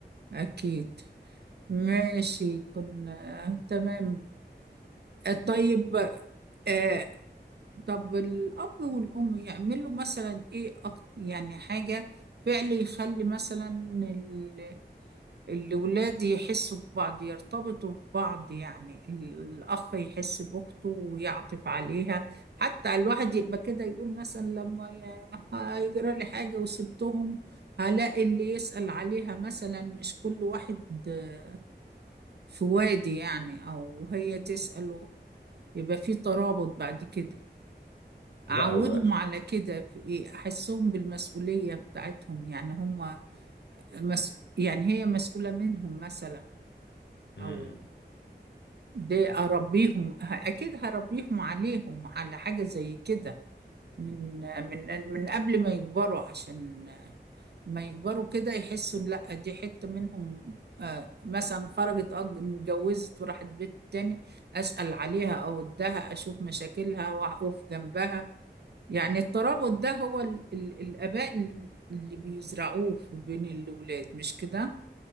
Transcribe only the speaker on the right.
أكيد ماشي كنا تمام آه، طيب آه طب الأب والأم يعملوا مثلا إيه أك- يعني حاجة فعل يخلي مثلا ال- الولاد يحسوا ببعض يرتبطوا ببعض يعني الأخ يحس بأخته ويعطف عليها حتى الواحد يبقى كده يقول مثلا لما ي- هيجرى لي حاجة وسبتهم هلاقي اللي يسأل عليها مثلا مش كل واحد آه، في وادي يعني أو هي تسأله يبقى في ترابط بعد كده
أعودهم
على كده في إيه؟ أحسهم بالمسؤولية بتاعتهم يعني هم مس... يعني هي مسؤولة منهم مثلا
أو
دي أربيهم ه- أكيد هربيهم عليهم على حاجة زي كده من من من قبل ما يكبروا عشان ما يكبروا كده يحسوا إن لا دي حتة منهم آه، مثلا خرجت أج- اتجوزت وراحت بيت تاني أسأل عليها أو أدها أشوف مشاكلها وأقف جنبها يعني الترابط ده هو ال ال الآباء اللي, اللي بيزرعوه في بين الأولاد مش كده؟